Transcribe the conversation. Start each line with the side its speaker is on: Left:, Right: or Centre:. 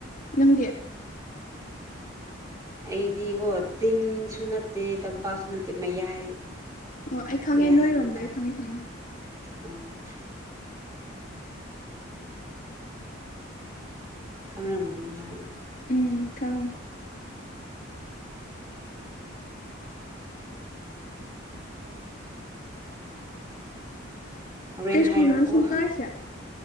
Left: ꯅꯪꯗꯤ
Right: ꯑꯩꯗꯤꯀꯣ ꯆꯤꯡ ꯁꯨ ꯅꯠꯇꯦ ꯇꯝꯄꯥꯁꯨ ꯅꯠꯇꯦ ꯃꯌꯥꯏ
Left: ꯑꯣ ꯑꯩ ꯈꯪꯉꯦ
Right: ꯃꯌꯥꯏ
Left: ꯅꯣꯏꯔꯣꯝꯗꯣ
Right: ꯍꯥꯏꯕ ꯇꯥꯔꯦ
Left: ꯑꯩ ꯈꯪꯉꯦ ꯈꯪꯉꯦ
Right: ꯎꯝ ꯈꯝꯂꯝ ꯃꯅꯤ
Left: ꯎꯝ ꯈꯪꯉꯦ
Right: ꯍꯣꯔꯦꯟ
Left: ꯀꯩ ꯁ꯭ꯀꯨꯜꯗꯅꯣ
Right: ꯍꯥꯏꯔꯛꯑꯣ
Left: ꯁꯨꯝ ꯀꯥꯔꯤꯁꯦ